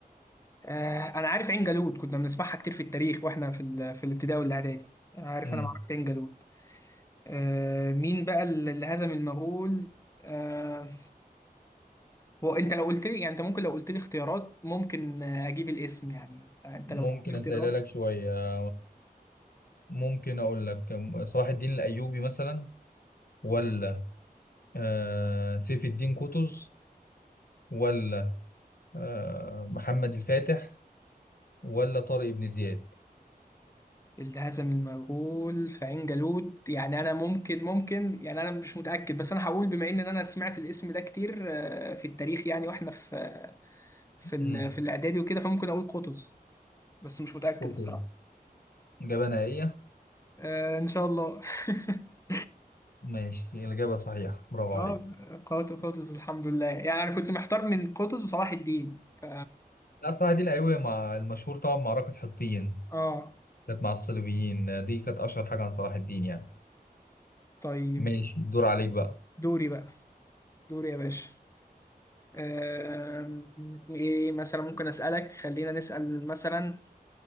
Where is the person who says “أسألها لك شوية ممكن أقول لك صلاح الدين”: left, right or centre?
Left